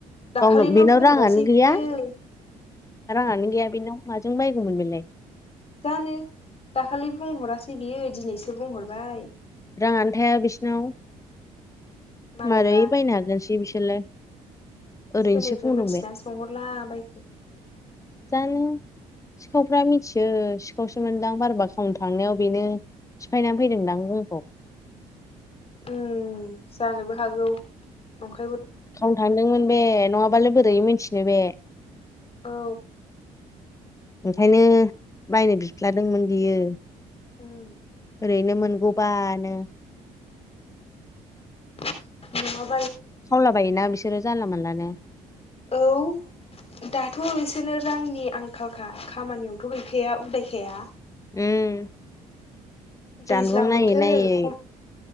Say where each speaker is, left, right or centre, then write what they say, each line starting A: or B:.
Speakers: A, on the left (about 35°); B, on the left (about 20°).
A: दाखालिनो
B: गावनाव बेनाव
A: बुंहरासै
B: राङानो गैया।
A: बियो
B: राङानो गैया बेनाव माजों बायगौ मोन बेलाय।
A: जानो दाखालि बुंहरासै बियो दिनैसो बुंहरबाय
B: राङानो थाया बिसिनाव।
A: मालायबा
B: मारै बायनो हागोनसै बिसोरलाय। ओरैनोसो
A: सोर निफ्राय
B: बुंदों
A: मोनथिना
B: बे
A: सोंहरला बायखो
B: जानो सिखावफ्रा मिथियो सिखावसो मोनदां बाराबा खावनो थांनायाव बेनो सिफायनानै फैदों दां जोंखौ।
A: उम जानोबो हागौ। नंखा
B: खावनो थांदोंमोन बे नङाबालाय बोरै मिथिनो बे।
A: औ।
B: ओंखायनो बायनो बिफ्लादोंमोन बियो।
A: उम
B: ओरैनो मोनगौबानो।
A: <unintelligible>
B: खावला बायो ना बिसोरो जानला मानलानो।
A: औ। दाथ' बिसोरनो रांनि आंखालखा। खामानियावथ' गैखाया उदायखाया।
B: ओम
A: दैज्लां
B: जानबुं
A: बोथोर
B: नायै नायै।
A: खम